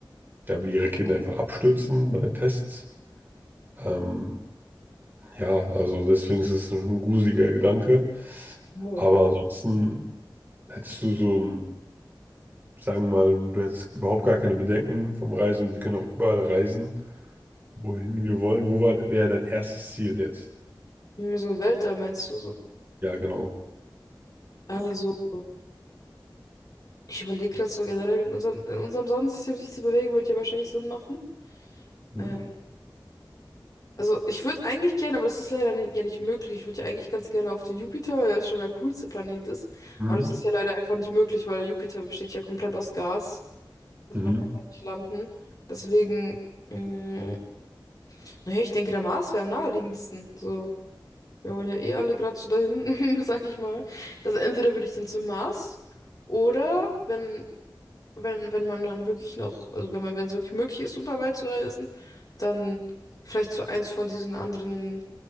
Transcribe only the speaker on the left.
Voll.
So Weltall meinst du so?
Also. Ich überlege gerade so generell, in unserem, in unserem Sonnensystem sich zu bewegen, würde ja wahrscheinlich Sinn machen.
Äh, also ich würde eigentlich gerne, aber das ist leider ni- ja nicht möglich. Ich würde ja eigentlich ganz gerne auf den Jupiter, weil er schon der coolste Planet ist.
Aber das ist ja leider einfach nicht möglich, weil der Jupiter besteht ja komplett aus Gas. Also
man kann da nicht landen. Deswegen, mh, naja, ich denke, der Mars wäre am naheliegendsten. So, wir wollen ja eh alle gerade so dahin, <laughs> sag ich mal. Also entweder würde ich dann zum Mars oder wenn wenn, wenn man dann wirklich noch, also wenn man, wenn es wirklich möglich ist, super weit zu reisen, dann vielleicht zu eins von diesen anderen,